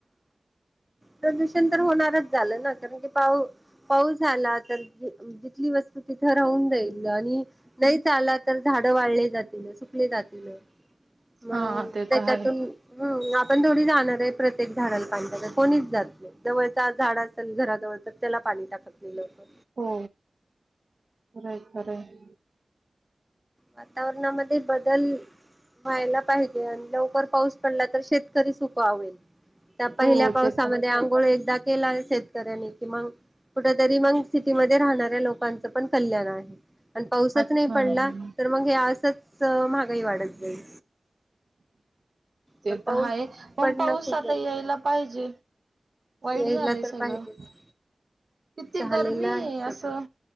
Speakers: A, in the centre; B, on the right.
A: प्रदूषण तर होणारच झालं ना कारण की पाऊ पाऊस झाला तर जिथली वस्तू तिथं राहून जाईल आणि नाहीच आला तर झाड वाळले जातील. जातील मग
B: हां, ते
A: त्याच्यातून
B: तर आहे.
A: हं आपण पण थोडी जाणार आहे प्रत्येक झाडाला पाणी टाकायला कोणीच जात नाही जवळचा झाड असेल घरात जवळचं त्याला पाणी टाकत नाई लवकर.
B: हो, खरं आहे, खरं आहे.
A: वातावरणामध्ये बदल व्हायला पाहि पण लवकर पाऊस पडला तर शेतकरी सुखावेल. त्या पहिल्या
B: हो,
A: पावसामध्ये
B: ते तर
A: आंघोळ एकदा केला शेतकऱ्यांनी कि मंग कुठ तरी मंग सिटीमध्ये राहणाऱ्या लोकांच पण कल्याणय. आण पावूसचं
B: अच्छा,
A: नाही पडला तर मग हे असंच महागाई वाढत जाईल.
B: ते
A: पण पाऊस
B: तर हाय पण
A: पडणं
B: पाऊस
A: खूप
B: आता
A: गरजेचं
B: यायला
A: आहे.
B: पाहिजे. वाईट
A: यायला
B: झालंय
A: तर
B: सगळं
A: पाहिजेच
B: किती
A: झालेलं
B: गरमी
A: आहे
B: हे
A: सगळं.
B: असं